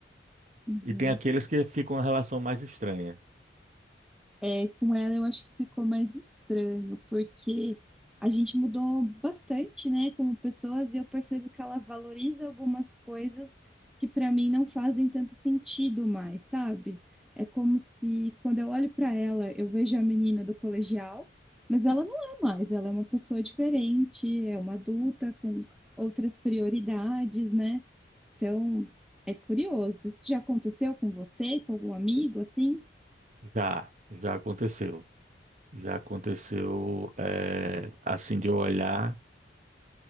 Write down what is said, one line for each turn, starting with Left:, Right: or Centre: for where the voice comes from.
Centre: Uhum.
Right: E tem aqueles que ficam uma relação mais estranha.
Centre: É, com ela eu acho que ficou mais estranho, porque a gente mudou bastante, né, como pessoas, e eu percebo que ela valoriza algumas coisas que pra mim não fazem tanto sentido mais, sabe? É como se quando eu olho pra ela, eu vejo a menina do colegial, mas ela não é mais, ela é uma pessoa diferente, é uma adulta com outras prioridades, né? Então, é curioso. Isso já aconteceu com você, com algum amigo assim?
Right: Já, já aconteceu. Já aconteceu, é, assim, de eu olhar,